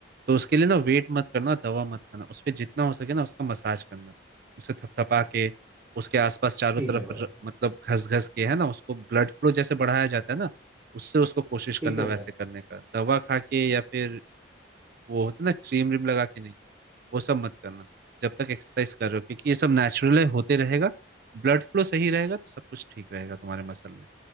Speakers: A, on the right; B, on the right.
A: तो उसके लिए ना वेट मत करना दवा मत खाना उस पे जितना हो सके ना उसका मसाज करना उसे थपथपा के उसके आसपास चारों
B: ठीक
A: तरफ
B: है भाई
A: र- मतलब घस घस के है ना उसको ब्लड फ्लो जैसे बढ़ाया जाता है ना उससे उसको कोशिश करना
B: ठीक है
A: वैसे
B: भाई
A: करने का दवा खा के या फिर वो होता है ना क्रीम व्रीम लगा के नहीं वो सब मत करना जब तक एक्सरसाइज कर रहे हो क्योंकि ये सब नेचुरल होते रहेगा ब्लड फ्लो सही रहेगा तो सब कुछ ठीक रहेगा तुम्हारे मसल में